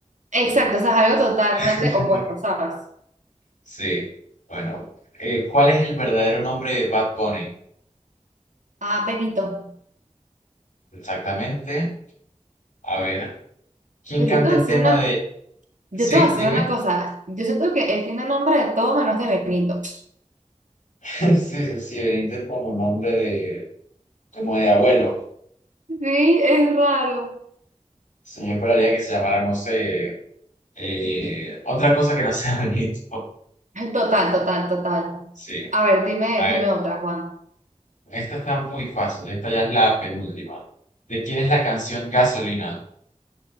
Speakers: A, on the right; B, on the left.
A: Exacto, o sea, es algo totalmente
B: <laughs>
A: opuesto, ¿sabes?
B: Sí, bueno. eh, ¿cuál es el verdadero nombre de Bad Bunny?
A: Ah, Benito.
B: Exactamente. A ver, ¿quién
A: Pero
B: canta
A: yo te voy
B: el
A: a decir
B: tema
A: una,
B: de...
A: yo
B: Sí,
A: te voy a decir
B: dime.
A: una cosa, yo siento que él tiene nombre de todo menos de Benito.
B: <laughs> Sí, sí, sí, Benítez es como nombre de... como de abuelo.
A: Sí, es raro.
B: Sí, yo esperaría que se llamara, no sé, eh, otra cosa que no sea <laughs> Benito.
A: Total, total, total.
B: Sí.
A: A ver, dime,
B: A ver,
A: dime otra, Juan.
B: esta está muy fácil. Esta ya es la penúltima. ¿De quién es la canción Gasolina?